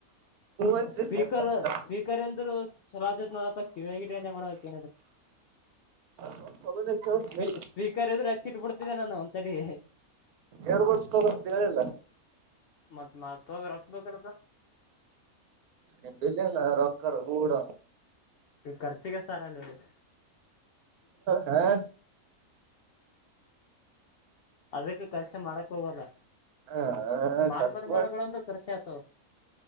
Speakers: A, on the right; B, on the left.
A: ಅಂತಿಲ್ಲೆ
B: ಸ್ಪೀಕರ್
A: ಮತ್ತ
B: ಸ್ಪೀಕರ್ ಎಂದರು ಚಲೋ ಆತತ್ ನೋಡಪ್ಪ ಕಿವಿಯಗಿ ಮಾಡಬೇಕ ಏನಾದ್ರು
A: ಸೌಂಡ್ ಚಲೋನೆ ಕೇಳ್ತಲೆ
B: ಸ್ಪೀ ಸ್ಪೀಕರ್ ಎ್ರು ಹಚ್ಚಿಟ್ಬಿಡ್ತಿದ್ದೆ ನಾನು ಒಂತಲಿ
A: ಏರ್ಬಡ್ಸ್ ತಗೋ ಅಂತ ಹೇಳಿಲ್ಲ
B: ಮತ್ತ ನ ತೋಗ ರೊಕ್ಬೇಕಲ್ಪ್ಪ
A: ಎ ಬೆಿಲ್ಲಂಗ ರೊಕ್ಕರು ಕೂಡ
B: ನೀವು ಖರ್ಚಿಗೆ ಸಾರಲ್ಲ ಹೇಳು
A: ಹಾ
B: ಅದಕ್ಕೆ ಖರ್ಚ ಮಾಡಕ್ ಹೋಗಲ್ಲ
A: ಹ
B: ಮಾಡ್ಬಾರಡ
A: ಖರ್ಚು ಮಾಡಿ
B: ಮಾಡ್ಬೇಡ ಅಂದ್ರೆ ಖರ್ಚ ಆತ ತ್ತ